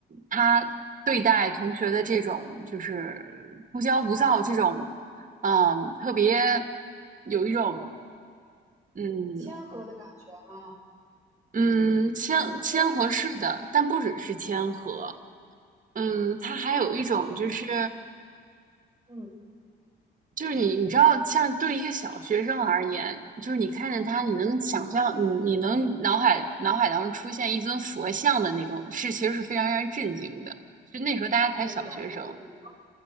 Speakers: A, on the right; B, on the right.
A: 他对待同学的这种就是不骄不躁这种，嗯，特别有一种嗯。
B: 谦和的感觉吗？
A: 嗯，谦谦和式的，
B: 是那种
A: 但不只是谦和，嗯，他还有一种就是
B: 嗯，
A: 就是你你知道，像对一个小学生而言，就是你看见他，你能想象，你你能脑海脑海当中出现一尊佛像的那种，是其实是非常让人震惊的。就那时候大家才小学生，
B: 人淡如菊吗？